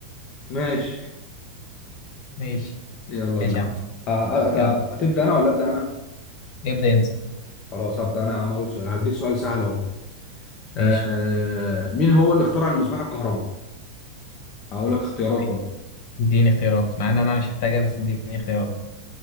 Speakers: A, on the left; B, on the left.
A: ماشي
B: ماشي
A: <laughs> يلا
B: ماشي
A: بينا
B: يا عم
A: آه، أت-
B: يلا
A: هتبدا انا ولا ابدا انا
B: ابدا انت
A: خلاص هبدا انا يا عم اول سؤال هديك سؤال سهل اهو
B: ماشي
A: آه مين هو اللي اخترع المصباح الكهربي هقول لك اختيارات برضه
B: ماشي. اديني اختيارات مع ان انا مش محتاجها بس اديني اختيارات